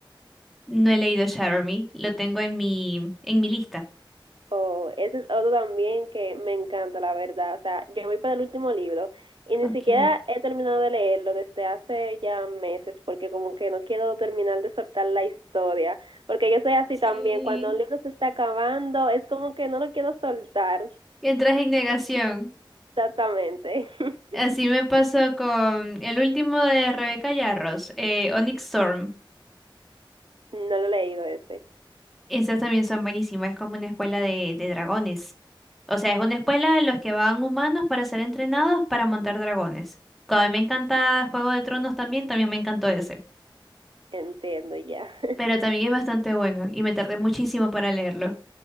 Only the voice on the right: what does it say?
Oh, ese es otro también que me encanta, la verdad. O sea, yo voy para el último libro y ni
siquiera he terminado de leerlo desde hace ya meses, porque como que no quiero terminar de soltar la historia, porque yo soy así
también. Cuando un libro se está acabando, es como que no lo quiero soltar.
Exactamente. <laughs>
No lo he leído ese.
Entiendo ya. <laughs>